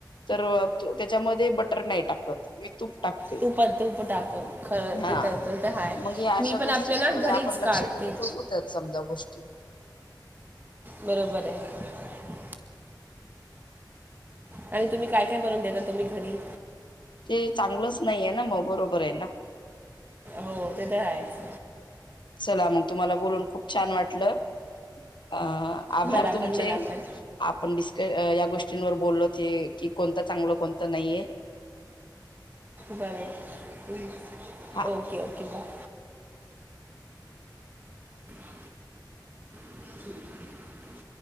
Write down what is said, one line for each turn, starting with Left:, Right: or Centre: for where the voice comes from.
Left: तर त्याच्यामध्ये बटर नाही टाकत तूप टाकते
Right: तूप तूप टाक ख
Left: हा
Right: ते तर तर ते आहे
Left: मग अशा
Right: मी पण
Left: गोष्टीकडे
Right: आपल्या ना घरीच
Left: आपण
Right: काढते
Left: ल लक्ष दिलं तर होतात समजा गोष्टी
Right: बरोबर आहे आणि तुम्ही काय काय बनून देता तुम्ही घरी
Left: ते चांगलंच नाही आहे ना मग बरोबर आहे ना
Right: हो ते तरयच
Left: चला मग तुम्हाला बोलून खूप छान वाटलं अ आभार
Right: मला
Left: तुमचे
Right: पण मला पण
Left: आपण डिस्क या गोष्टींवर बोललो ते की कोणतं चांगलं कोणतं नाही आहे
Right: बरं
Left: हा बाय
Right: ओके ओके बाय ह <inaudible>